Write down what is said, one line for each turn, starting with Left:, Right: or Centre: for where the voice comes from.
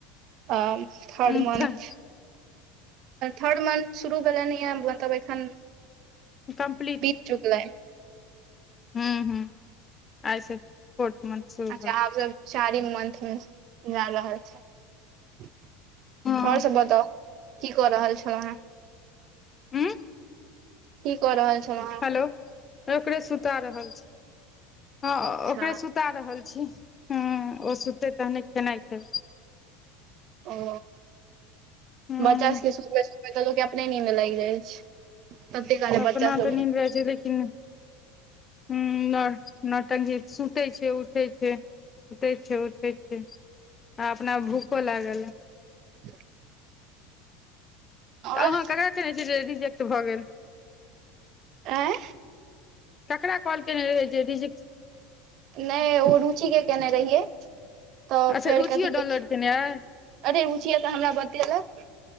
Right: तऽ
Left: छथि
Right: थर्ड मन्थ थर्ड मन्थ शुरू भेलनि यँ मतलब एखन
Left: <inaudible>
Right: बीत चुकलैन
Left: हुँ हुँ आइ सँ फोर्थ मन्थ शुरू
Right: अच्छा
Left: भऽ भेलै
Right: आब सब चारिम मंथ मे जाय रहल छै आओर
Left: हँ
Right: सब बताउ की कऽ रहल छौ अहाँ
Left: <inaudible>
Right: की कऽ रहल छलँँऊ अहाँ
Left: हेलो ओकरे सुता रहल छी हँ
Right: अच्छा
Left: ओकरे सुता रहल छी हुँ ओ सुतते तहने खेनाइ खेबै
Right: ओ
Left: हूं
Right: बच्चा सभ केँ सुतबैत सुतबैत लोक केँ अपने नींद लाइग जाइ छै तते काले
Left: अपना
Right: बच्चा सब
Left: तऽ नीन्द रहै छै लेकिन हुँ न नौटंकी सुते छै उठै छै सुतै छै उठै छै आ अपना भूखो लागल अ
Right: <inaudible> आओर
Left: तऽ अहाँ ककरा छिये जे रिजेक्ट भऽ गेल
Right: आँय
Left: ककरा कॉल केने रहिये जे रिजेक्ट
Right: नय ओ रुचि केँ केने रहियै तऽ
Left: अच्छा
Right: फेर
Left: रुचियो
Right: कथी कहैय
Left: डाउनलोड
Right: छै
Left: केने अइ
Right: अरे रूचिए तऽ हमरा बतेलक